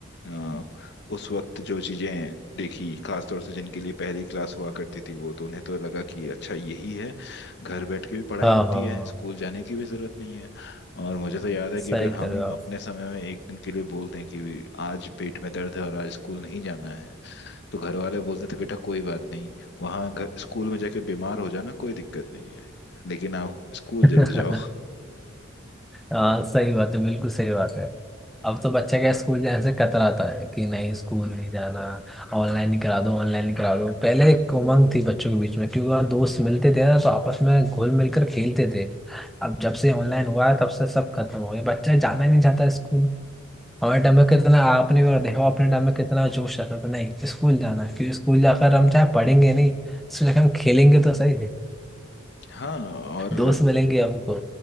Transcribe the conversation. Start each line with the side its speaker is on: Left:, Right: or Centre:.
Left: अ, उस वक्त जो चीज़ें देखी खासतौर से जिनके लिए पहली क्लास हुआ करती थी वो तो उन्हें तो लगा कि अच्छा यही है घर बैठ के भी पढ़ाई
Centre: हाँ
Left: होती
Centre: हाँ
Left: है स्कूल जाने की भी जरूरत नहीं है और मुझे तो याद है
Centre: सही
Left: कि अगर हम
Centre: कर रहे हो
Left: अपने समय में एक दिन के लिए बोलते हैं कि आज पेट में दर्द है और आज स्कूल नहीं जाना है तो घर वाले बोलते थे बेटा कोई बात नहीं वहाँ घर स्कूल में जाके बीमार हो जाना कोई दिक्कत नहीं है लेकिन आप स्कूल
Centre: आप
Left: जरूर जाओ
Centre: <laughs> हाँ सही बात है बिल्कुल सही बात है अब तो बच्चा क्या स्कूल जाने से कतराता है कि नहीं स्कूल नहीं जाना ऑनलाइन ही करा दो ऑनलाइन ही करा दो पहले एक उमंग थी बच्चों के बीच में क्योंकि वहाँ दोस्त मिलते थे ना तो आपस में घुल मिलकर खेलते थे अब जब से ऑनलाइन हुआ है तब से सब खत्म हो गया बच्चा जाना ही नहीं चाहता स्कूल हमारे टाइम
Left: हम्म,
Centre: में कितना आपने भी देखा हो, अपने टाइम में कितना जोश रहता था नहीं स्कूल जाना है क्योंकि स्कूल जाकर हम चाहे पढ़ेंगे नहीं स्कूल जाकर हम खेलेंगे तो सही है
Left: हाँ और
Centre: दोस्त मिलेंगे हमको